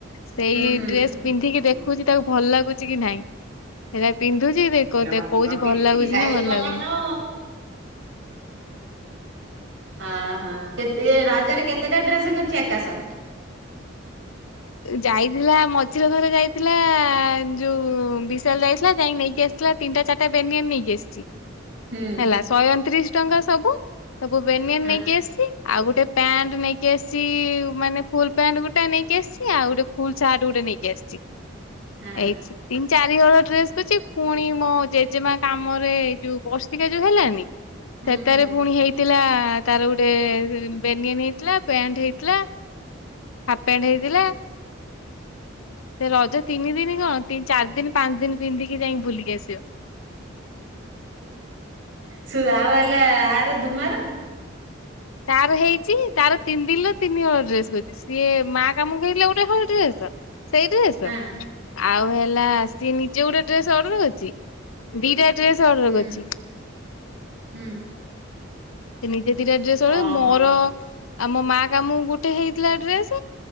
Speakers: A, on the left (about 85°); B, on the right (about 65°).
A: ସେଇ
B: ହୁଁ
A: ଡ୍ରେସ
B: ହୁଁ।
A: ପିନ୍ଧିକି ଦେଖୁଛି ତାକୁ ଭଲ ଲାଗୁ ଚି କି ନାହିଁ। ହେଇଟା ପିନ୍ଧୁଛି ଦେଖ
B: ଇଲୋ
A: ଦେ
B: ମା ପୁଅ
A: କହୁଛି
B: ପିଟି
A: ଭଲ ଲାଗୁଛି
B: ହେଇଗଲା
A: ନା ଭଲ ଲାଗୁନି।
B: ଲୋ। ଅ ହ କେତେ ଏ ରଜରେ କେତେଟା ଡ୍ରେସ୍ କରିଛି ଆକାଶ?
A: ଯାଇଥିଲା ମଝିରେ ଥରେ ଯାଇଥିଲା ଯୋଉ ବିଶାଲ୍ ଯାଇଥିଲା ଯାଇକି ନେଇକି ଆସିଥିଲା ତିନିଟା ଚାରିଟା ବେନିଅନ୍ ନେଇକି ଆସିଛି।
B: ହୁଁ
A: ହେଲା ଶହେ ଅଣତିରିଶ ଟଙ୍କା ସବୁ ସବୁ ବେନିଅନ୍
B: ହଁ
A: ନେଇକି ଆସିଛି ଆଉ ଗୋଟେ ପ୍ୟାଣ୍ଟ ନେଇକି ଆସି ଛି ମାନେ ଫୁଲ୍ ପ୍ୟାଣ୍ଟ ଗୋଟା ନେଇ ନେଇକି ଆସିଛି ଆଉ ଗୋଟେ ଫୁଲ୍ ସାର୍ଟ ଗୋଟେ ନେଇକି ଆସିଛି।
B: ହଁ
A: ହେଇଛି ତିନି ଚାରିହଳ ଡ୍ରେସ୍ କରଛି ପୁଣି ମୋ ଜେଜେମା କାମରେ ଏଇ ଯୋଉ ବ ସିକା ଯୋଉ ହେଲାନି
B: ହୁଁ
A: ସେଥେରେ
B: ହୁଁ
A: ପୁଣି
B: ହୁଁ
A: ହେଇଥିଲା ତାର ଗୋଟେ ବେନିଅନି ହେଇଥିଲା ପ୍ୟାଣ୍ଟ ହେଇଥିଲା। ପେଣ୍ଡ ହେଇଥିଲା ସେ ରଜ ତିନି ଦିନି କଣ ତି ଚାରି ଦିନ ପାଞ୍ଚ ଦିନି ପିନ୍ଧିକି ଯାଇଁକି ବୁଲିକି ଆସିବ।
B: ସୁ ଆଉ ହେଲା ଆର ଦୁମାର
A: ତାର ହେଇଚି ତାର ତିନି ଦିନଳ ତିନି ହଳ ଡ୍ରେସ୍ କରଚି ସିଏ ମା କାମକୁ ହେଥିଲେ ଗୋଟେ ହଳ ଡ୍ରେସ ସେଇ ଡ୍ରେସ
B: ହଁ
A: ଆଉ ହେଲା ସିଏ ନିଜେ ଗୋଟେ ଡ୍ରେସ୍ ଅଡର କରିଚି ଦିଟା ଡ୍ରେସ ଅଡର
B: ହୁଁ
A: କରିଚି।
B: ହୁଁ
A: ସେ ନିଜେ ଦିଟା ଡ୍ରେସ୍ ଅଡ
B: ଓହୋ
A: ମୋର ଆମ ମା କାମକୁ ଗୋଟେ ହେଇଥିଲା ଡ୍ରେସ୍